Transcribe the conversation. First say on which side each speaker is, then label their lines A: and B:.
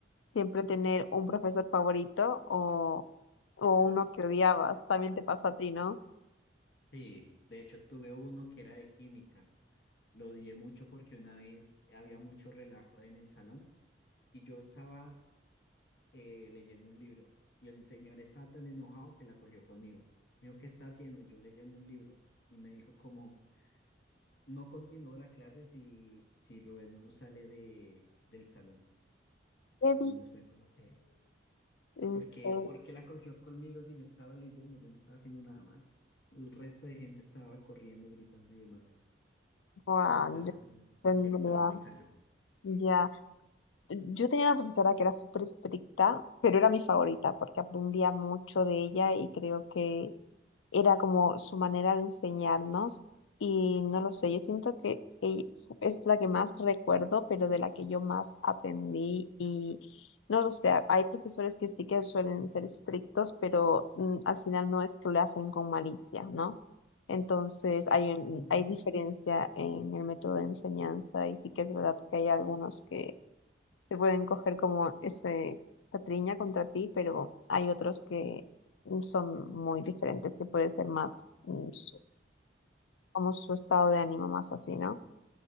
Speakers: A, on the left; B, on the left.
A: siempre tener un profesor favorito o, o uno que odiabas. También te pasó a ti, ¿no?
B: Sí, de hecho tuve uno que era de química. Lo odié mucho porque una vez había mucho relajo en el salón y yo estaba eh, leyendo un libro y el señor estaba tan enojado que la cogió conmigo. Me dijo, ¿qué está haciendo? Y yo leyendo un libro y me dijo como, no continúo la clase si, si Rubén no sale de, del salón.
A: ¿Qué
B: Entonces
A: dices?
B: fue como que,
A: En
B: ¿por
A: serio,
B: qué, por qué la cogió conmigo si yo estaba leyendo? Yo no estaba haciendo nada más. El resto de gente estaba corriendo, gritando y demás.
A: Juan,
B: Entonces
A: yo no
B: ese profesor fue
A: tengo
B: el que peor me cayó.
A: idea. Ya, yo tenía una profesora que era súper estricta, pero era mi favorita porque aprendía mucho de ella y creo que era como su manera de enseñarnos y no lo sé, yo siento que e- es la que más recuerdo, pero de la que yo más aprendí y no lo sé, hay profesores que sí que suelen ser estrictos, pero mm, al final no es que lo hacen con malicia, ¿no? Entonces hay, un-
B: Ujú.
A: hay diferencia en el método de enseñanza y sí que es verdad que hay algunos que te pueden coger como ese, esa triña contra ti, pero hay otros que mm, son muy diferentes, que puede ser más mm, su- como su estado de ánimo más así, ¿no?